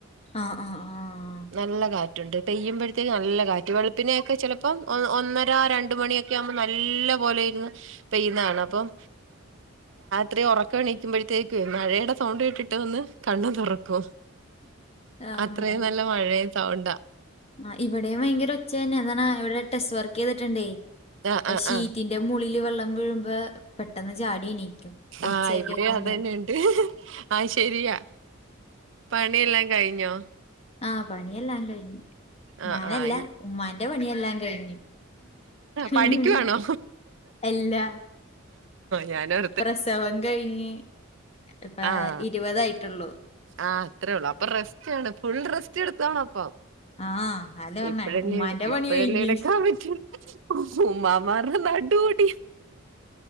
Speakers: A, on the left; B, on the right.
A: ആഹ് ആഹ് ആഹ്
B: നല്ല കാറ്റുണ്ട് പെയ്യുമ്പോഴത്തേക്ക് നല്ല കാറ്റ് വെളുപ്പിനെയൊക്കെ ചിലപ്പോം ഒന്നര. ഒന്നര രണ്ട് മണിയൊക്കെ ആവുമ്പോൾ നല്ല പോലെ ഇരിന്ന് പെയ്യുന്നത് കാണാം അപ്പം. ത്രീ ഉറക്കെണീക്കുമ്പോഴത്തേക്കും മഴയുടെ സൗണ്ട് കേട്ടിട്ട്. ട്ടൊന്ന് കണ്ണ് തുറക്കും
A: ആഹ്
B: അത്രയും നല്ല മഴയും സൗണ്ട.
A: ആഹ് ഇവിടെയും ഭയങ്കര ഒച്ച തന്നെ എന്താ ഇവിടെ ടെസ് വർക്ക് ചെയ്തിട്ടുണ്ടേ
B: ആഹ്
A: അപ്പൊ
B: ആഹ്
A: ഷീറ്റി
B: ആഹ്
A: ന്റെ മോളില് വെള്ളം വീഴ്മ്പോ പെട്ടെന്ന് ചാടി എണീക്കും. ഒച്ച
B: ആഹ് ഇവിടെ
A: കേക്കുമ്പോ
B: അത് തന്നെയാണ്. ആ ശരിയാ പണിയെല്ലാം കഴിഞ്ഞോ?
A: ആഹ് പണിയെല്ലാ കഴിഞ്ഞു.
B: ആഹ്
A: ഞാനല്ല
B: ആഹ്
A: ഉമ്മാന്റെ പണിയെല്ലാ കഴിഞ്ഞു.
B: പഠിക്കുവാണോ
A: ഉം എല്ലാ
B: ഞാനാ
A: പ്രസവ കഴിഞ്ഞ് ഇപ്പാ
B: ആഹ്
A: ഇരുവതായിട്ടോള്ളൂ.
B: ആഹ് അത്രേ ഉള്ളൂ അപ്പൊ റെസ്‌റ്റാണ് ഫുൾ റെസ്റ്റ്ടുത്താണപ്പൊ.
A: ആ അല്ല പറഞ്ഞ
B: ഇപ്പഴല്ലെ
A: ഉമ്മാന്റെ പണി
B: ഇപ്പഴല്ലെടുക്കാ
A: കഴിഞ്ഞ്
B: പറ്റു. ചുമ്മാമാറ് നടുഒടി